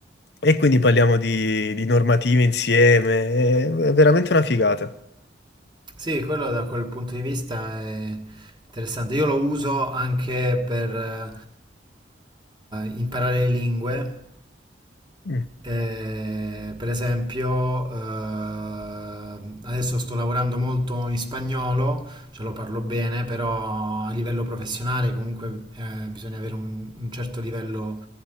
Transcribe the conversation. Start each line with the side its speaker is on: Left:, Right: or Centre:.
Left: e quindi parliamo di, di normative insieme, è, è veramente una figata.
Right: Sì, quello da quel punto di vista è interessante. Io lo uso anche per eh, imparare le lingue.
Left: Mm,
Right: Eh, per esempio, eh, adesso sto lavorando molto in spagnolo, ce lo parlo bene, però a livello professionale comunque eh, bisogna avere un, un certo livello